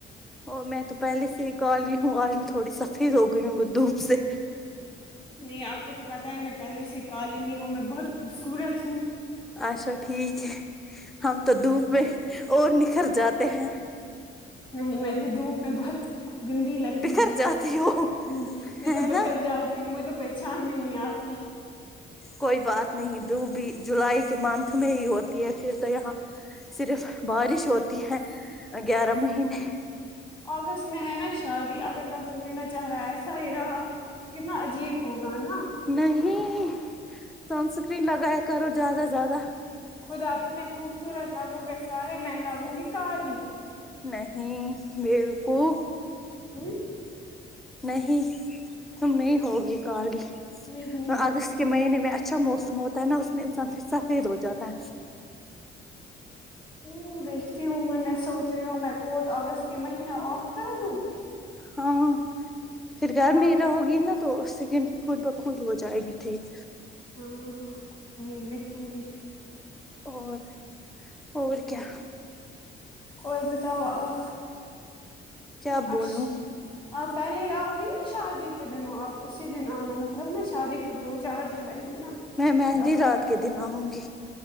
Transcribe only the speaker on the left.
نہیں آپ کو تو پتا ہے میں پہلے سے کالی ہوں میں بہت خوبصورت ہوں
نہیں میں تو دھوپ میں بہت گندی لگتی
ہوں
ہ یہ
تو بکھر
جاؤ یوں میں تو پہچان بھی نہیں آتی
اگست میں ہے نا شادی اگر تب تک میرا چاہ رہا ہے ایسا ہی رہا کتنا عجیب ہوگا نا
خود آپ اتنے خوبصورت لگوں کے سارے میں لگوں گی کالی
ہوں
ہوں
میں ہوں بہت
ہ دیکھتی ہوں میں میں سوچ رہی ہوں میں کوٹ اگست کے مہینے آف کر دوں
تاکہ
ہاں میں ویکھوں گی
اور بتاؤ آ
ابش آ پہلے ہی آؤگی نا شادی کے دن ہو آپ اسی دن ا نامطلب نا شادی کو دو چار دن رہیں گے نا
پھر آپ